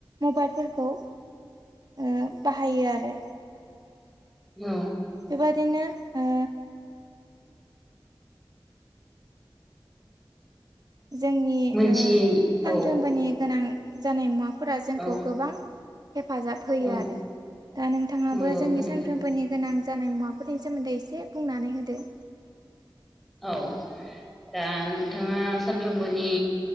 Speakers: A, on the right; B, in the centre.
A: मबाइलफोरखौ ओ बाहायो आरो।
B: औ
A: बेबायदिनो ओ जोंनि
B: मोनथियै
A: ओ सानफ्रोमबोनि
B: औ
A: गोनां जानाय मुवाफोरा जोंखौ
B: औ
A: गोबां हेफाजाब होयो
B: औ
A: आरो दा नोंथाङाबो
B: नंगौ
A: जोंनि
B: थारैनो
A: सानफ्रोमबोनि गोनां जानाय मुवा फोरनि सोमोन्दै एसे बुंनानै होदो
B: औ दा नोंथाङा सानफ्रोमबोनि